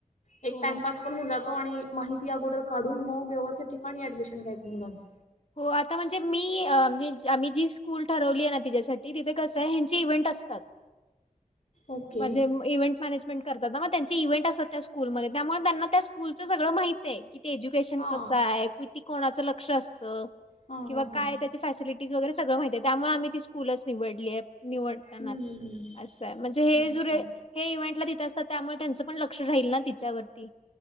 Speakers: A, on the left (about 65°); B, on the left (about 45°).
A: एक
B: हो,
A: टाइमपास
B: हो.
A: <inaudible> जातो आणि माहिती अगोदर काढून मग व्यवस्थित ठिकाणी ऍडमिशन घ्यायचं मुलांच.
B: हो आता म्हणजे मी आम्ही जी स्कूल ठरवली आहे ना तिच्यासाठी तिथे कसं ह्यांचे इव्हेंट असतात.
A: ओके
B: म्हजे इव्हेंट. मॅनेजमेंट करतात ना मग त्यांची इव्हेंट असतात त्या स्कूलमध्ये त्यामुळे त्यांना त्या स्कूलचं सगळ मा <inaudible> <inaudible> एज्युकेशन
A: हा
B: कस आहे किती कोणाच लक्ष असतं
A: हा
B: किंवा
A: हा हा
B: काय त्याचं - फॅसिलिटीज वगैरे सगळ माहितीये त्यामुळे आम्ही ती स्कूलच निवडली ये. निवडतानाच
A: हम्म हम्म हम्म
B: असं आहे म्हणजे हे
A: अच्छा.
B: जर हे इव्हेंटला तिते असतात त्यामुळे त्यांच- पण लक्ष राहील ना तिच्यावरती.